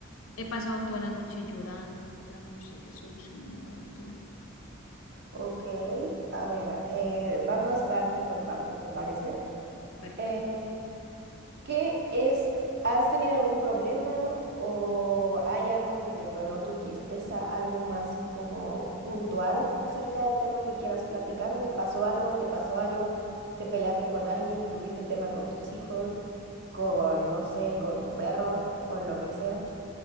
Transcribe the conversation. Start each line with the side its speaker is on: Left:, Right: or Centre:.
Left: He pasado toda la noche llorando, doctora, no sé qué solución me da, doctora.
Right: Ok, a ver, eh, vamos parte por parte, ¿te parece?
Left: Perfecto.
Right: Eh, ¿Qué es? ¿Has tenido algún problema o hay algo que detonó tu tristeza? ¿Algo más como puntual acerca del tema que quieras platicarme? ¿Pasó algo? ¿Te pasó algo? ¿Te peleaste con alguien? ¿Tuviste tema con tus hijos? ¿Con, no sé, con tu perro? ¿Con lo que sea?